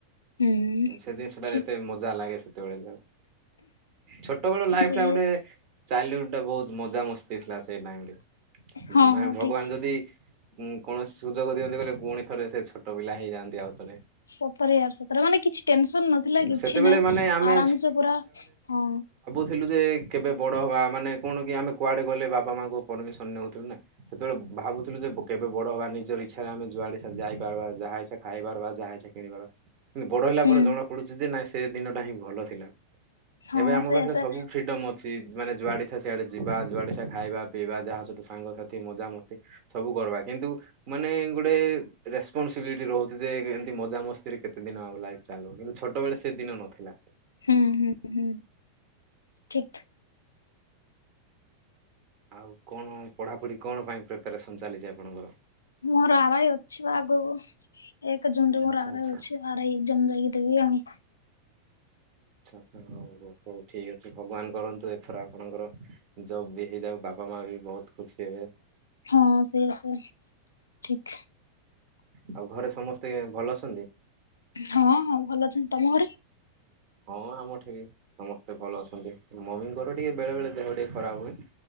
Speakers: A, on the left; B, on the right.
A: ହୁଁ
B: ସେ ଦିନିଷଟା
A: ଠିକ
B: ଏତେ ମଜା ଲାଗେ ସେତେବେଳେ ଯାଉ, ଛୋଟବେଳ ଲାଇଫ୍
A: ସେ
B: ଟା ଗୋଟେ ଚାଇଲ୍ଡହୁଡ୍ ଟା ବୋହୁତ୍ ମଜାମସ୍ତି ଥିଲା ସେଇ ଟାଇମ୍ ରେ,
A: ହଁ
B: ମାନେ
A: ହଁ
B: ଭଗବାନ୍
A: ଠିକ
B: ଯଦି ହୁଁ କୌଣସି ସୁଯୋଗ ଦିଅନ୍ତେ ବୋଲେ, ପୁଣି ଥରେ ସେ ଛୋଟ ପିଲା ହେଇଯାଆନ୍ତି ଆଉ ଥରେ।
A: ସତରେ ୟାର୍ ସତରେ ମାନେ କିଛି ଟେନସନ୍ ନଥିଲା କିଛି
B: ସେତେବେଳେ
A: ନହିଁ,
B: ମାନେ ଆମେ
A: ଆରାମ୍ ସେ ପୁରା ହଁ।
B: ଥିଲୁ ଯେ କେବେ ବଡ ହବା ମାନେ କଣ କି ଆମେ କୁଆଡେ ଗଲେ ବାପା ମାଙ୍କ ପରମିସନ୍ ନେଉଥିଲୁ ନା। ସେତେବେଳେ ଭାବୁଥିଲୁ ଯେ ବ କେବେ ବଡ ହବା, ନିଜର ଇଚ୍ଛାରେ ଆମେ ଯୁଆଡେ ସିଆଡେ ଯାଇପାରବା, ଯାହାଇଚ୍ଛା ଖାଇ ପାରବା, ଯାହା ଇଚ୍ଛା କିଣିପାରବା କିନ୍ତୁ ବଡ ହେଲା
A: ହୁଁ
B: ପରେ ଜଣା ପଡୁଛି ଯେ, ନାଇଁ ସେ ଦିନ ଟା ହିଁ ଭଲ ଥିଲା।
A: ହଁ
B: ଏବେ ଆମ
A: ସେ
B: ପାଖରେ
A: ସେ
B: ସବୁ ଫ୍ରିଡମ୍ ଅଛି। ମାନେ ଯୁଆଡେ ଇଚ୍ଛା ସିଆଡେ ଯିବା, ଯୁଆଡେ ଇଚ୍ଛା ଖାଇବା। ପିଇବା ଯାହା ସହିତ ସାଙ୍ଗସାଥି ମଜା ମସ୍ତି ସବୁ କରବା କିନ୍ତୁ ମାନେ ଗୋଟେ ରେସ୍ପନସିବିଲିଟି ରହୁଚି ଯେ ଏମ୍ତି ମଜାମସ୍ତିରେ କେତେ ଦିନ ଆଉ ଲାଇଫ୍ ଚାଲୁ କିନ୍ତୁ ଛୋଟବେଳେ ସେ ଦିନ ନଥିଲା।
A: ହୁଁ ହୁଁ ହୁଁ ଠିକ୍।
B: ଆଉ କଣ ପଢାପଢି କଣ ପାଇଁ ପ୍ରିପ ପ୍ରିପ୍ୟାରେସନ୍ ଚାଲିଚି ଆପଣଙ୍କର?
A: ମୋର ଆରଆଇ ଅଛି ପା ଆଗୁକୁ ଏକ ଜୁନ୍ ରେ ମୋର
B: ଆଚ୍ଛା
A: ଆରାଆଇ
B: ଆଚ୍ଛା।
A: ଅଛି। ଆରଆଇ ଏକ୍ସଜାମ୍ ଯାଇଁକି ଦେବି ଆଉ।
B: ହୋଉ ହୋଉ ହୋଉ ଠିକ୍ ଅଛି ଭଗବାନ୍ କରନ୍ତୁ ଏଥର ଆପଣଙ୍କର ଜବ୍ ବି ହେଇଯାଉ ବା ବାପ ମାଆ ବି ବୋହୁତ୍ ଖୁସି ହେବେ।
A: ହଁ ସେଇଆ ସେଇଆ ଠିକ
B: ଆଉ ଘରେ ସମସ୍ତେ ଭଲ ଅଛନ୍ତି।
A: ହଁ ହଁ ଭଲ ଅଛନ୍ତି। ତମ ଘରେ?
B: ହଁ ଆମଠି ବି ସମସ୍ତେ ଭଲ ଅଛନ୍ତି। ମମିଙ୍କର ଟିକେ ବେଳେ ବେଳେ ଦେହ ଟିକେ ଖରାପ୍ ହୁଏ।